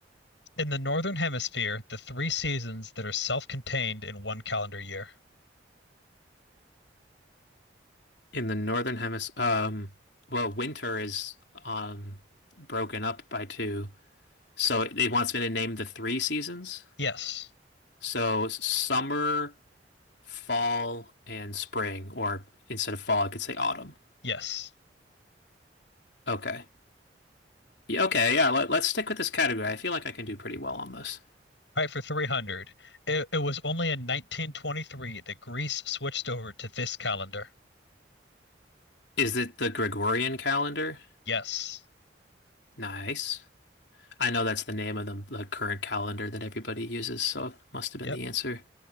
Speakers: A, on the left; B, on the left.
A: In the Northern Hemisphere, the three seasons that are self-contained in one calendar year.
B: in the northern hemisphere. Um, well, winter is um broken up by two. So it, it wants me to name the three seasons.
A: Yes.
B: So summer, fall, and spring, or instead of fall, I could say autumn.
A: Yes.
B: Okay. Yeah, okay, yeah, let, let's stick with this category. I feel like I can do pretty well on this.
A: All right, for 300. It, it was only in 1923 that Greece switched over to this calendar.
B: Is it the Gregorian calendar?
A: Yes.
B: Nice. I know that's the name of the, the current calendar that everybody uses, so it must have been
A: Yep.
B: the answer.